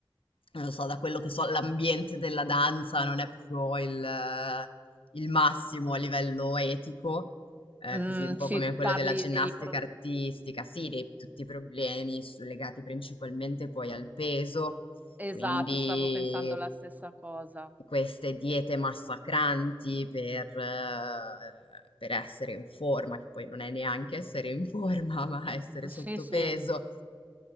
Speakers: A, on the left; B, on the right.
A: non lo so, da quello che so, l'ambiente della danza non è proprio il, eh, il massimo a livello etico, eh,
B: Mm,
A: così un po'
B: ci
A: come quello
B: parli
A: della ginnastica
B: dei pro-
A: artistica, sì, dei, tutti i problemi su- legati principalmente poi al peso,
B: Esatto,
A: quindi
B: stavo pensando la stessa cosa.
A: queste diete massacranti per, eh, per essere in forma, che poi non è neanche essere in forma, <laughs> ma essere sottopeso,
B: Sì, sì.